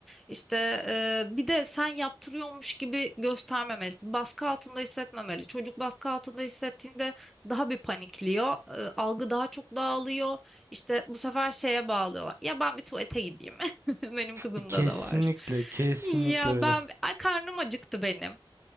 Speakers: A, in the centre; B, on the right.
A: İşte e, bir de sen yaptırıyormuş gibi göstermemelisin. Baskı altında hissetmemeli. Çocuk baskı altında hissettiğinde daha bir panikliyor. E, algı daha çok dağılıyor. İşte bu sefer şeye bağlıyorlar. Ya ben bir tuvalete gideyim. <laughs> Benim kızımda
B: E, Kesinlikle,
A: da var.
B: kesinlikle
A: Ya
B: öyle.
A: ben ay karnım acıktı benim.